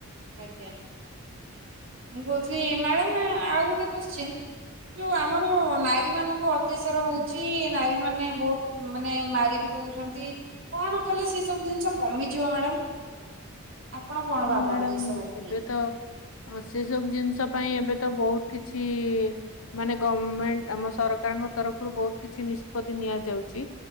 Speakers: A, on the right (about 60°); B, on the left (about 75°).
A: ଆଜ୍ଞା। ମୁଁ କହୁଥିଲି ମ୍ୟାଡାମ ଆଉ ଗୋଟେ କୋଶ୍ଚିନ୍ ଯୋଉ ଆମର ନାରୀ ମାନଙ୍କୁ ଅ ଅତ୍ୟାଚାର ହଉଛି ନାରୀ ମାନେ ବହୁତ ମାନେ ମାରି ବିି ରଉଛନ୍ତି। କଣ କଲେ ସେ ସବୁ ଜିନିଷ କମିଯିବ ମ୍ୟାଡାମ ଆପଣ କଣ ଭାବନ୍ତି?
B: ମ୍ୟାଡାମ
A: ଏସବୁକୁ
B: ଏବେ
A: ନେଇକି?
B: ତ ସେ ସବୁ ଜିନିଷ ପାଇଁ ଏବେ ତ ବହୁତ କିଛି ମାନେ ଗମେଣ୍ଟ ଆମ ସରକାରଙ୍କ ତରଫରୁ ବହୁତ କିଛି ନିଷ୍ପତି ନିଆଯାଉଛି।